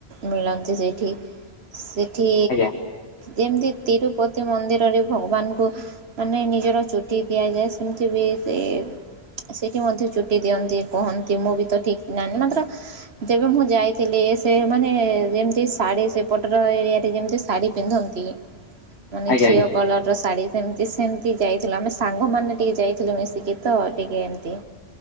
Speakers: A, on the right (about 60°); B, on the left (about 65°).
A: ମିଳନ୍ତି ସେଇଠି ସେଠି
B: ଆଜ୍ଞା
A: ଯେମିତି ତିରୁପତି ମନ୍ଦିରରେ ଭଗବାନଙ୍କୁ ମାନେ ନିଜର ଚୁଟି ଦିଆଯାଏ ସେମିତି ବି ସେ ସେଠି ମଧ୍ୟ ଚୁଟି ଦିଅନ୍ତି କହନ୍ତି ମୁଁ ବି ତ ଠିକ୍ ନାହିଁ ନା ମାତ୍ର ଯେବେ ମୁଁ ଯାଇଥିଲି ସେ ମାନେ ଯେମିତି ଶାଢ଼ୀ ସେ ପଟର ଏରିଆରେ ଯେମିତି ଶାଢ଼ୀ ପିନ୍ଧନ୍ତି। ମାନେ
B: ଆଜ୍ଞା
A: ଘିଅ
B: ଆଜ୍ଞା
A: କଲର ର ଶାଢୀ ସେମିତି ସେମିତି ଯାଇଥିଲୁ ଆମେ ସାଙ୍ଗମାନେ ଟିକେ ଯାଇଥିଲୁ ମିଶିକି ତ ଟିକେ ଏମତି